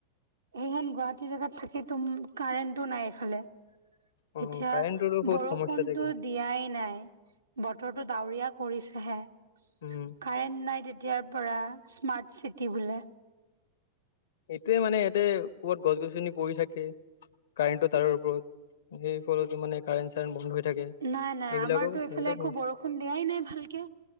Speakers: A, on the right; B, on the left.
A: সেনেহেন গুৱাহাটী জেগাত থাকে তো কাৰেণ্টটো নাই এইফালে।
B: অ
A: এতিয়া
B: কাৰেণ্টৰো বহুত
A: বৰষুণতো
B: সমস্যা থাকে
A: দিয়াই নাই। বতৰটো ডাৱৰীয়া কৰিছেহে।
B: উম।
A: কাৰেণ্ট নাই তেতিয়াৰ পৰা স্মাৰ্ট চিটি বোলে।
B: এইটোৱে মানে ইয়াতে ক'বাত গছ-গছনি পৰি থাকে। কাৰেণ্টটো তাৰৰ ওপৰত সেই ফলতো মানে কাৰেণ্ট, চাৰেণ্ট বন্ধ হৈ থাকে
A: নাই নাই
B: এইবিলাকো,
A: আমাৰতো এইফালে
B: এইবিলাক
A: একো বৰষুণ দিয়াই নাই ভালকে